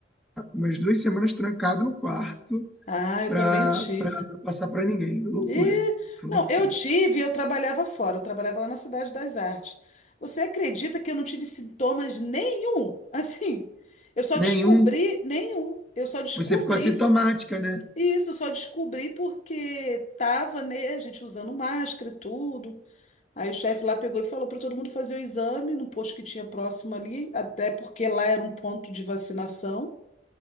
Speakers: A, in the centre; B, on the left (about 40°).
A: umas duas semanas trancado no quarto
B: Ah, eu
A: para
B: também tive.
A: não passar para ninguém. Loucura.
B: E,
A: Foi
B: não,
A: uma loucura.
B: eu tive, e eu trabalhava fora, eu trabalhava lá na Cidade das Artes. Você acredita que eu não tive sintomas nenhum? <laughs> Assim, eu só
A: Nenhum.
B: descobri nenhum. Eu só descobri
A: Você ficou assintomática, né?
B: isso, eu só descobri porque tava, né, a gente usando máscara e tudo. Aí o chefe lá pegou e falou para todo mundo fazer o exame no posto que tinha próximo ali, até porque lá era um ponto de vacinação.